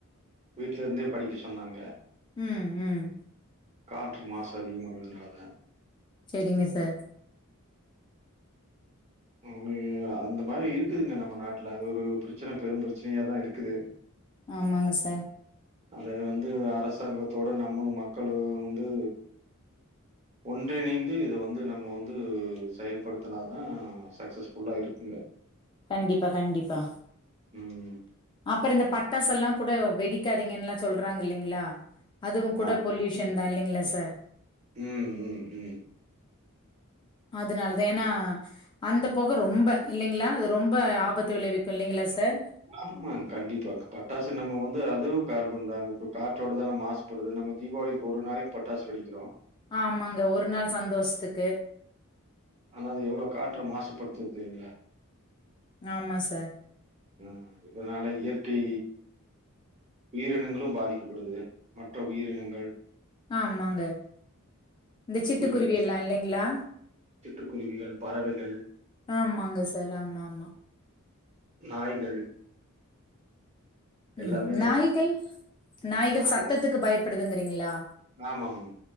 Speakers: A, on the right; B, on the left.
A: வீட்ல இருந்தே படிக்க சொன்னாங்க
B: ம், ம்.
A: காற்று மாசு அதிகமானதுனால
B: செரிங்க சார்
A: அங்க அந்த மாரி இருக்குதுங்க நம்ம நாட்ல அது ஒரு ப்ரச்சன பெரும் ப்ரச்சனையாதா இருக்குது.
B: ஆமாங்க சார்.
A: அத வந்து அரசாங்கத்தோட நம்மளு மக்களு வந்து ஒன்றிணைந்து இத வந்து நம்ம வந்து செயல்படுத்துனா தா சக்ஸஸ்ஃபுல்லா இருக்குங்க.
B: கண்டிப்பா கண்டிப்பா.
A: ம்
B: அப்பறோ இந்த பட்டாச எல்லா கூட வெடிக்காதீங்கன்னு எல்லா சொல்றாங்க இல்லீங்களா அதுவு கூட
A: ஆம்
B: பொல்யூஷன் தா இல்லீங்களா சார்.
A: ம் ம் ம்
B: அதுனாலதா ஏனா அந்த பொக ரொம்ப இல்லீங்களா அது ரொம்ப ஆபத்து விளைவிக்கு இல்லீங்களா சார்.
A: ஆமாங் கண்டிப்பா பட்டாசு நம்ம வந்து அதுவு கார்பன் தா. இப்ப காற்றோட தான மாசுபடுது நம்ம தீபாவளி ஒரு நாளைக்கு பட்டாசு வெடிக்கிறோ.
B: ஆமாங்க ஒரு நாள் சந்தோஷ்த்துக்கு
A: ஆனா அது எவ்ளோ காற்ற மாசுபடுத்துது தெரியுங்ளா
B: ஆமா சார்
A: ஆ இதுனால இயற்கை உயிரினங்களு பாதிக்கப்படுது. மற்ற உயிரினங்கள்
B: ஆமாங்க இந்த சிட்டுக்குருவி
A: குருவிகள்,
B: எல்லா இல்லெங்ளா
A: சிட்டுக்குருவிகள், பறவைகள்,
B: ஆமாங்க சார் ஆமா ஆமா
A: நாய்கள்
B: ம்
A: எல்லாமே
B: நாய்கள். நாய்கள்
A: நாய்
B: சத்தத்துக்கு பயப்படுதுங்றீங்களா.
A: ஆமாமா.